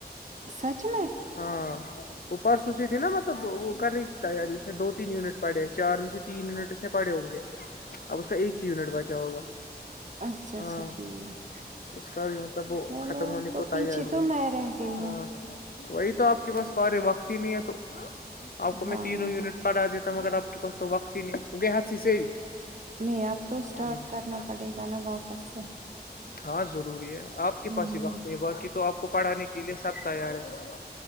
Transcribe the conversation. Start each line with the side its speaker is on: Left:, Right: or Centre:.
Right: سچ میں؟
Left: ہاں وہ پرس اسی تھی نا مطلب وہ کر رہی تھی تیاری اس نے دو تین یونٹ پڑے چار میں سے تین یونٹ اس سے پڑے ہوں گے اب اس کا ایک ہی یونٹ بچا ہوگا
Right: اچھا
Left: ہاں
Right: اچھا ٹھیک
Left: اس کا بھی مطلب وہ
Right: چلو
Left: ختم ہونے
Right: تو
Left: کو
Right: پیچھے
Left: تیاری
Right: تو
Left: ہے
Right: میں رہ گئی
Left: ہاں
Right: ہوں
Left: وہی تو آپ کے پاس بارے وقت ہی نہیں ہے تو آپ کو میں
Right: ہاں،
Left: تینوں یونٹ پھا دیتا ہوں مگر آپ کے بخ نہیں بگے ہاچ سے
Right: نہیں اب تو اسٹارٹ
Left: ہ
Right: کرنا پڑے گا نا واپس سے
Left: ہاں ضروری ہے آپ کے
Right: ہوں،
Left: پاس ہی وقت نہیں ہے باقی تو آپ کو پڑھانے کے لیے سب تیار ہے